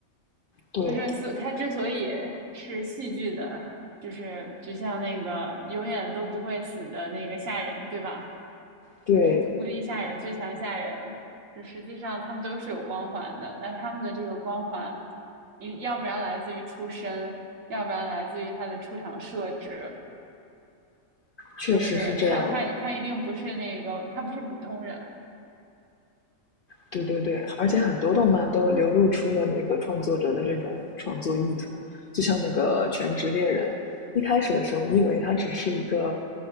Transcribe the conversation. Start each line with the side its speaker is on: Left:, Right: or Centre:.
Left: 对
Right: 就是所它之所以是戏剧的，就是就像那个永远都不会死的那个下人，对吧？
Left: 对，
Right: 就是无敌吓人，最强吓人。就实际上他们都是有光环的，那他们的这个光环，一要不然来自于出身，要不然来自于他的出场设置，
Left: 确实是这样的。
Right: 就是他他他一定不是那个，他不是普通人。
Left: 对对对，而且很多动漫都流露出了那个创作者的这种创作意图，
Right: 是的，
Left: 就像那个《全职猎人》，一开始的时候，你以为他只是一个